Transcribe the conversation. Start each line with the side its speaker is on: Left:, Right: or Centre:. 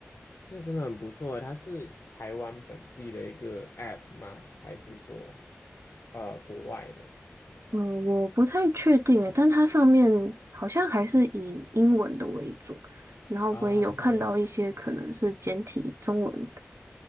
Left: 那真的很不错诶，它是台湾本地的一个 app 吗？还是说，呃，国外的
Right: 嗯，我不太确定诶，但它上面好像还是以英文的为主，然后我也有看到一些可能是简体中文
Left: 啊？英文